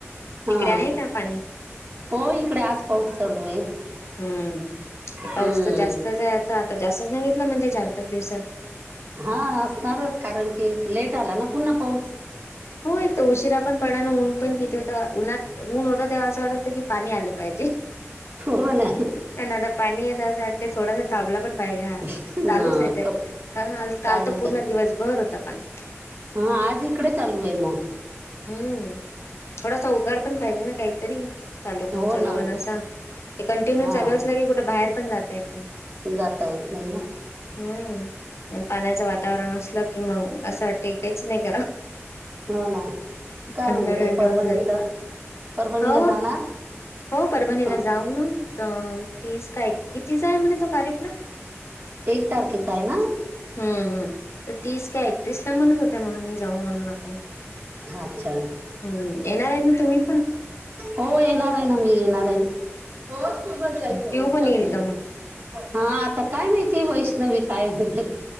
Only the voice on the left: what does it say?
तिकडे
आहे का पाणी
हम्म पाऊस
तर जास्तच आहे आता आता जास्त सांगितलं म्हणजे चार पाच दिवसात.
हो एक तर उशिरा पण पडन ऊन पण
किती
होता उन्हात ऊन होता तेव्हा असं वाटत क पाणी आल पाहिजे.
प आता पाणी असं वाट थोड थांबला पण पाहिजे. हा
चालूच हे ते.
काल तर पूर्ण
दिवसभर होता पाणी.
हम्म. थोडासा उघाड पण पाहिजे ना काहीतरी चालू पण
चालू
पण असा ते कंटिन्यू
चालूच असला की कुठं बाहेर पण जात येत नाही
हम्म पाण्याचं वातावरण असलं कि मग असं वाटतं की काहीच नाही करावं
थंड
थंड
होऊन जाते
हो
हो परभणीला
जाऊ ना तीस काय कितीचा आहे म्हणे तो कार्यक्रम
हम्म हम्म तर तीस काय एकतीस ला म्हणत होत्या मम्मी जाऊ म्हणून आपण
हम्म येणारे ना तुम्ही पण?
पिऊ
पण
येईल का मग